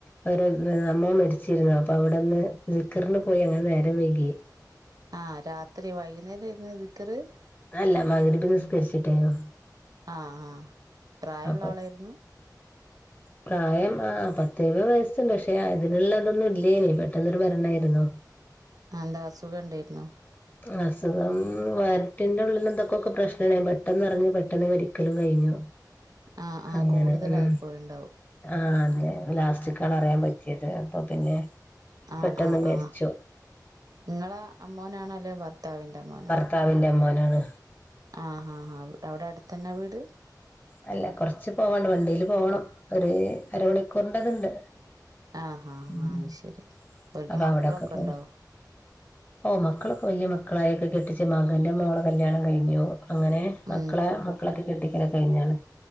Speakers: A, on the left; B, on the right.
A: അവര അമ്മ മരിച്ചിരുന്നു അപ്പൊ അവിടെന്ന് സിക്കറിന് പോയി അങ്ങനെ നേരം വൈകി
B: ആ രാത്രി വൈകുന്നേരം ആരുന്നു ദ്‌ക്കറ്
A: അല്ല മഹ്റിബ് നിസ്കരിച്ചിട്ടേന്
B: ആ ആ പ്രായള്ള
A: അപ്പൊ
B: ആളായിരുന്നു
A: പ്രായം ആ പത്ത് എഴുപത്തു വയസ്സുണ്ട് പക്ഷെ അതിനുള്ള അതൊന്നും ഇല്ലേന് പെട്ടെന്നൊരു മരണായിരുന്നു
B: ആ എന്താ അസുഖം ഉണ്ടായിരുന്നോ
A: അസുഖം വയറ്റിന്റെ ഉള്ളിൽ എന്തൊക്കെയൊക്കെ പ്രശ്നണേ പെട്ടെന്നറിഞ്ഞ് പെട്ടെന്ന് മരിക്കലും കഴിഞ്ഞു
B: ആഹ് ആഹ്
A: അങ്ങനെ
B: കൂടുതലായി
A: ഉ
B: പോയിണ്ടാവും
A: ആ അതെ ലാസ്റ്റക്കാണ് അറിയാൻ പറ്റിയെ ചെയത് അപ്പൊ പിന്നെ
B: ആഹ
A: പെട്ടെന്ന്
B: ആഹ
A: മരിച്ചു
B: ആഹ നിങ്ങളെ അമ്മോനാണോ അല്ലെ ഭർത്താവിന്റെ അമ്മോനോ
A: ഭർത്താവിൻന്റെ അമോനാണ്
B: ആ ഹാ ഹാ അവിടെ അടുത്ത തന്നെ വീട്
A: അല്ല കൊറച്ച് പോവാണ്ട് വണ്ടിയില് പോകണം ഒരു അരമണിക്കൂറിന്റെതുണ്ട്
B: ആഹഹാ
A: ഉം
B: ആഹ ശരി ഒരിക്കും
A: അപ്പൊ
B: മക്കളൊക്കെ
A: അവിടൊക്കെ പോണം
B: ഉണ്ടോ
A: ഓ മക്കളൊക്കെ വലിയ മക്കളായൊക്കെ കെട്ടിച്ച മകന്റെ മോളെ കല്യാണം കഴിഞ്ഞു അങ്ങനെ മക്കളെ
B: ഉം
A: മക്കളൊക്കെ കെട്ടിക്കല് കഴിഞ്ഞാണ്